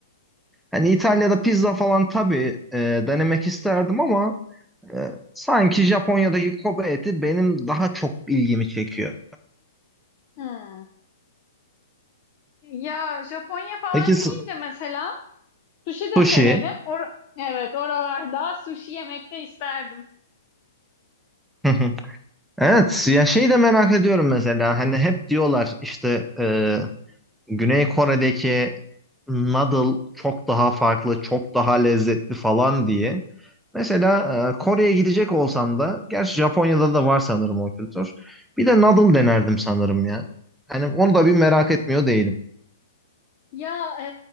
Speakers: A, in the centre; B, on the left.
A: Hani İtalya'da pizza falan tabii e, denemek isterdim ama e, sanki Japonya'daki Kobe eti benim daha çok ilgimi çekiyor.
B: Hı. Ya Japonya falan
A: Peki su-
B: deyince mesela sushi de
A: sushi?
B: severim. Or- evet oralarda sushi yemek de isterdim.
A: Hı hı. Evet ya şeyi de merak ediyorum mesela hani hep diyorlar işte e, Güney Kore'deki noodle çok daha farklı, çok daha lezzetli falan diye. Mesela e, Kore'ye gidecek olsam da, gerçi Japonya'da da var sanırım o kültür. Bir de noodle denerdim sanırım ya. Hani onu da bir merak etmiyor değilim.
B: Ya e,